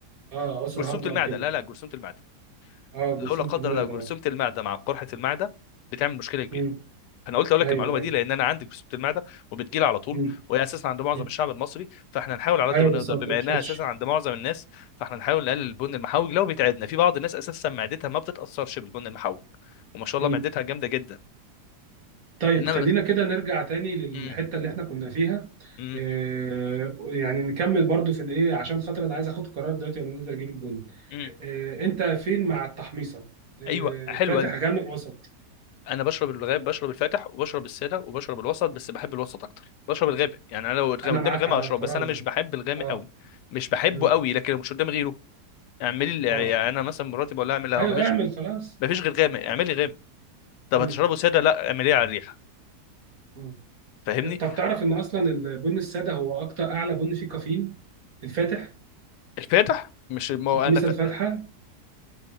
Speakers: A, on the right; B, on the left.
A: اه عسر
B: جرثومة
A: هضم
B: المعدة
A: او كده
B: لا لا جرثومة المعدة
A: اه جرثومه
B: لو لا قدر
A: المعده
B: الله جرثومة
A: اه
B: المعدة مع قرحة المعدة بتعمل مشكلة كبيرة
A: امم
B: أنا قلت أقول
A: ايوه
B: لك المعلومة
A: ايوه
B: دي لأن أنا عندي جرثومة المعدة وبتجيلي على طول
A: امم
B: وهي أساسا عند معظم
A: أمم.
B: الشعب المصري فإحنا نحاول على
A: ايوه
B: قد ما نقدر
A: بس ما
B: بما
A: بتنشطش
B: إنها أساسا عند معظم الناس فإحنا نحاول نقلل البن المحوج لو بيتعبنا في بعض الناس أساسا معدتها ما بتتأثرش بالبن المحوج وما شاء
A: امم
B: الله معدتها جامدة جدا
A: طيب
B: إنما
A: خلينا
B: بس
A: كده نرجع تاني للحته
B: مم.
A: اللي احنا كنا فيها
B: مم.
A: آه يعني نكمل برضو في الايه عشان خاطر انا عايز اخد قرار دلوقتي وانا نازل اجيب البن
B: مم.
A: إيه، انت فين مع التحميصه إيه،
B: أيوه حلوة
A: فاتح غامق وسط
B: انا بشرب الغاب بشرب الفاتح وبشرب الساده وبشرب الوسط بس بحب الوسط اكتر بشرب الغامق يعني انا لو قدام-
A: انا
B: قدامي
A: معاك
B: غامق
A: على
B: هشرب
A: القرار
B: بس انا
A: ده
B: مش بحب الغامق
A: اه
B: قوي مش بحبه
A: مم.
B: قوي لكن لو مش قدامي غيره اعملي لي-
A: اه
B: يعني انا مثلا مراتي بقول لها اعمل لها
A: ايوه
B: مفيش
A: اعمل خلاص
B: مفيش غير غامق اعملي غامق طب
A: مم.
B: هتشربه ساده لا اعمليه على الريحه
A: مم.
B: فاهمني
A: طب تعرف ان اصلا البن الساده هو اكتر اعلى بن فيه كافيين الفاتح
B: الفاتح مش ما هو
A: تحميصه
B: انا ف...
A: الفاتحه